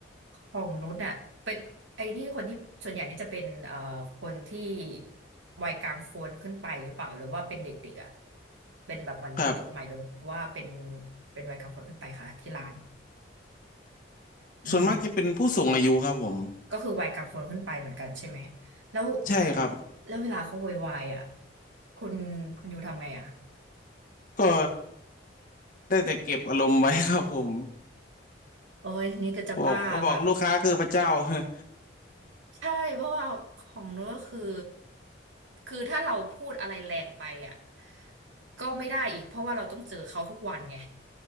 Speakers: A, on the right; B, on the left.
A: ของนุชอะเป็นไอ้ที่คนที่ส่วนใหญ่นี่จะเป็นเอ่อคนที่วัยกลางคนขึ้นไปหรือเปล่าหรือว่าเป็นเด็กๆอะเป็นแบบเหมือนเด็กจบใหม่หรือว่าเป็น
B: ครับ
A: เป็นวัยกลางคนขึ้นไปคะที่ร้านอืม
B: ส่วนมากจะเป็นผู้สูงอายุครับผม
A: ก็คือวัยกลางคนขึ้นไปเหมือนกันใช่ไหมแล้ว
B: ใช่ครับ
A: แล้วเวลาเขาโวยวายอ่ะคุณคุณอยูทำไงอ่ะ
B: ก็ได้แต่เก็บอารมณ์ไว้ครับผม
A: โอ้ยนี่ก็จะบ้าแบบ
B: บอกเขาบอกลูกค้าคือพระเจ้า <laughs>
A: ใช่เพราะว่าของนู้นก็คือคือถ้าเราพูดอะไรแรงไปอ่ะก็ไม่ได้อีกเพราะว่าเราต้องเจอเขาทุกวันไง